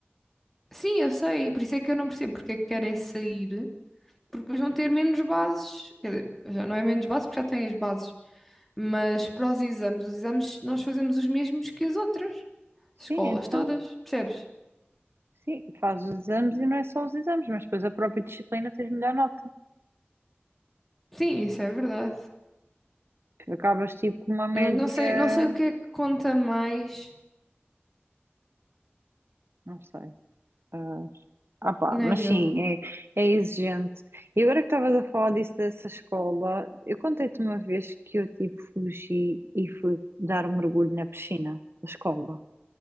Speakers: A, in the centre; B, on the right.
A: Sim, eu sei, por isso é que eu não percebo porque é que querem sair, porque depois vão ter menos bases. Quer dizer, já não é menos bases porque já têm as bases. Mas para os exames, os exames nós fazemos os mesmos que as outras escolas
B: Sim, então,
A: todas, percebes?
B: sim, fazes os exames e não é só os exames, mas depois a própria disciplina tens melhor nota.
A: Sim, isso é verdade.
B: Acabas tipo com uma média,
A: Mas não sei, não sei o que é que conta mais,
B: não sei. Ah, ah, pá,
A: nem
B: mas sim,
A: eu.
B: é, é exigente. E agora que estavas a falar disso dessa escola, eu contei-te uma vez que eu tipo fugi e fui dar um mergulho na piscina da escola.